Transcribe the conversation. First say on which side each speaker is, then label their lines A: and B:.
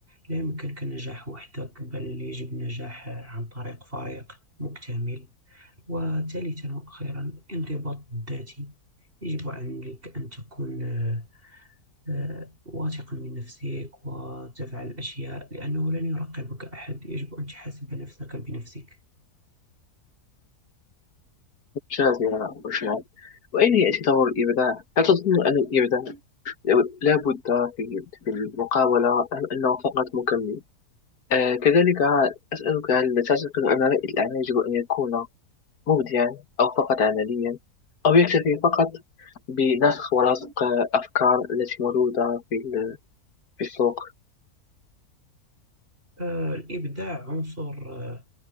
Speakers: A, on the right; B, on the left.
A: لا يمكنك النجاح وحدك بل يجب النجاح آه، عن طريق فريق مكتمل وثالثا وأخيرا انضباط ذاتي يجب عليك أن تكون آه، آه، واثقا من نفسك وتفعل الأشياء لأنه لن يراقبك أحد يجب أن تحاسب نفسك بنفسك
B: شاذرة وشاب وأين يعتبر الإبداع؟ هل تظن أن الإبداع لا بد في في المقاولة أم أنه فقط مكمل؟ آه كذلك أسألك هل تعتقد أن رائد الأعمال يجب أن يكون مبدعا أو فقط عمليا أو يكتفي فقط بنسخ ولصق أفكار التي موجودة في ال- في السوق؟
A: آه، الإبداع عنصر آه،